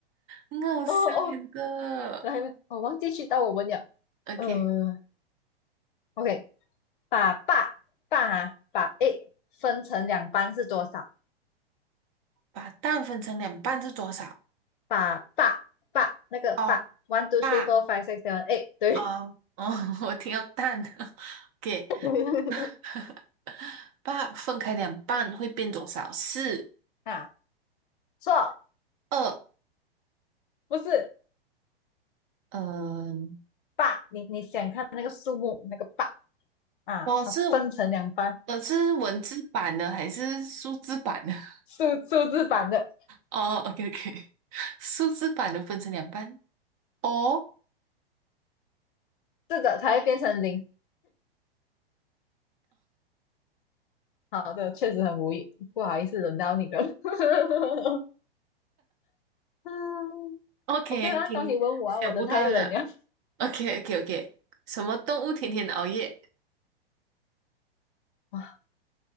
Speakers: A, on the right (about 35°); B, on the left (about 55°).
A: 很好笑耶这个。
B: 哦哦，来了，我忘记去到我问了。
A: OK，
B: 嗯，OK，把爸爸啊把 A 分成两半是多少？
A: 把蛋分成两半是多少？
B: 把爸爸那个爸，one
A: 哦，
B: two
A: 爸，
B: three four five six seven eight，对
A: 哦哦，<laughs> 我听到蛋。<laughs> OK，
B: <laughs>
A: <laughs> 把分开两半会变多少？四
B: 啊，错，
A: 二，
B: 不是
A: 嗯，
B: 爸，你你想看那个数目那个爸啊，
A: 哦是。
B: 它分成两半，
A: 呃，是文字版的还是数字版的？<laughs>
B: 数数字版的，
A: 哦，OK OK，<laughs> 数字版的分成两半。哦
B: 是的，才会变成零。好的，确实很无语，不好意思，轮到你了。<laughs> 嗯
A: ，OK，
B: ，OK 啦，
A: 挺想不到的。
B: 到你问我啊，我的太冷了。
A: OK OK OK，什么动物天天熬夜？
B: <laughs> 哇，